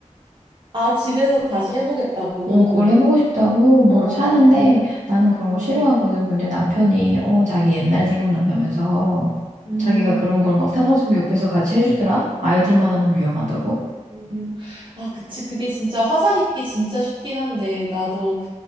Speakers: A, on the right; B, on the right.
A: 아, 집에서 다시 해보겠다고.
B: 어, 그걸 해보고 싶다고 뭘
A: 어, 어,
B: 사는데 나는 그런
A: 어,
B: 거 싫어하거든. 근데 남편이,
A: 어.
B: 어, 자기 옛날 생각난다면서
A: 음.
B: 자기가 그런 걸 막 사가지고 옆에서 같이 해주더라? 아이들만 하면 위험하다고?
A: 음, 아, 그치. 그게 진짜 화상 입기 진짜 쉽긴 한데, 나도